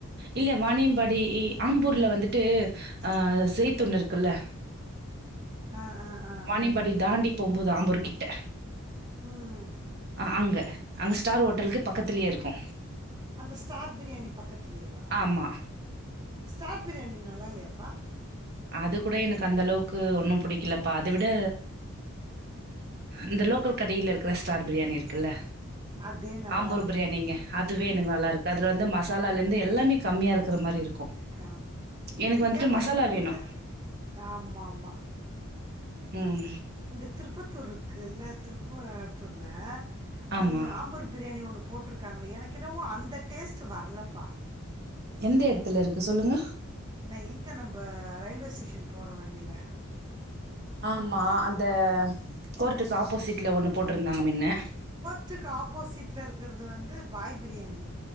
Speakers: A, on the right; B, on the right.
A: இல்ல வானியம்பாடி ஆம்பூர்ல வந்துட்டு அ செய்த்தொண்ண இருக்குல்ல
B: ஆ ஆ ஆ
A: வாணியம்பாடி தாண்டி போம்போது ஆம்பூர்கிட்ட
B: ம்
A: ஆ அங்க அங்க ஸ்டார் ஹோட்டலுக்கு பக்கத்திலயே இருக்கு
B: அந்த ஸ்டார் பிரியாணி பக்கத் இல்லையவா
A: ஆமா
B: ம் ஸ்டார்ட் பிரியாணி நல்லால்லையாப்பா
A: அது கூட எனக்கு அந்த அளவுக்கு ஒன்னு புடிக்கலப்பா அத விட இந்த லோக்கல் கடைல இருக்கிற ஸ்டார் பிரியாணி இருக்குல்ல
B: அதே நல்லா
A: ஆம்பூர்
B: இருக்குன்றீங்களா
A: பிரியாணிங்க அதுவே எனக்கு நல்லா இருக்கு அதுல வந்து மசாலாந் எல்லாமே கம்மியா இருக்குற மாரி இருக்கு
B: கா
A: எனக்கு வந்துட்டு
B: ஏப்பா
A: மசாலா
B: இந்த
A: வேணு
B: ஆமா ஆமா
A: உம்
B: இந்த திருப்பத்தூர் இருக்குல்ல திருப்பாத்தூர்ல
A: ஆமா
B: அது ஆம்பூர் பிரியாணி ஒன்னு போட்ருக்காங்களே எனக்கு என்னவோ அந்த டேஸ்ட்டு வரலப்பா
A: எந்த எடத்துல இருக்கு சொல்லுங்க
B: நீ எங்கே நம்ம ரயில்வே ஸ்டேஷன் போற வழியில
A: ஆமா அந்த கோர்ட்டுக்கு ஆப்போசிட் ஒன்னு போட்டுருக் ந்தாங்க முன்ன
B: ட்டுக்கு ஆப்போசிட்ல இருக்குறது வந்து பாய் பிரியாணி